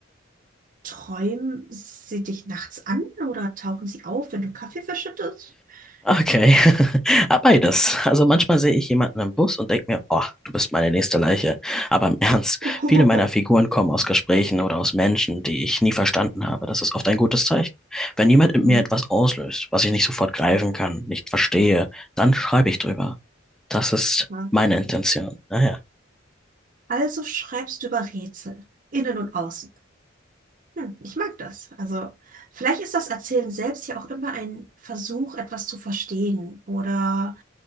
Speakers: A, on the right; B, in the centre.
A: träumen sie dich nachts an oder tauchen sie auf, wenn du Kaffee verschüttest?
B: Okay.
A: <laughs>
B: <laughs> Ah, Beides. Also manchmal sehe ich jemanden im Bus und denke mir, oh, du bist meine nächste Leiche. Aber im Ernst,
A: Oh.
B: viele meiner Figuren kommen aus Gesprächen oder aus Menschen, die ich nie verstanden habe. Das ist oft ein gutes Zeichen. Wenn jemand in
A: Mhm.
B: mir etwas auslöst, was ich nicht sofort greifen kann, nicht verstehe, dann schreibe ich drüber. Das ist
A: Ja.
B: meine Intention. Naja.
A: Also schreibst du über Rätsel, innen und außen. Hm, ich mag das. Also, vielleicht ist das Erzählen selbst ja auch immer ein Versuch, etwas zu verstehen oder